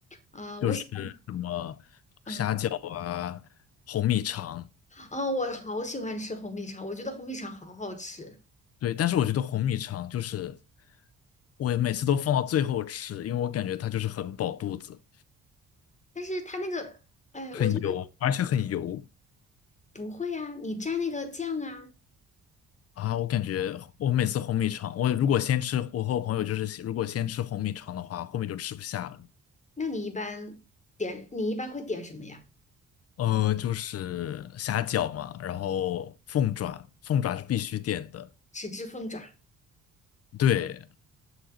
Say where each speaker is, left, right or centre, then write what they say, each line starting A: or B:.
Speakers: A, on the left (about 25°); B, on the left (about 55°).
A: 啊、
B: 就是什么虾饺啊，
A: 我喜欢，嗯，
B: 红米肠，
A: 哦，我好喜欢吃红米肠，我觉得红米肠好好吃，
B: 对，但是我觉得红米肠就是我每次都放到最后吃，因为我感觉它就是很饱肚子，
A: 但是它那个，哎，
B: 很油，
A: 我觉得
B: 而且很油
A: 不会啊，你蘸那个酱啊。
B: 啊，我感觉我每次红米肠，我如果先吃，我和我朋友就是如果先吃红米肠的话，后面就吃不下了。
A: 那你一般点，你一般会点什么呀？
B: 呃，就是虾饺嘛，然后凤爪，凤爪是必须点的，
A: 豉汁凤爪，
B: 对，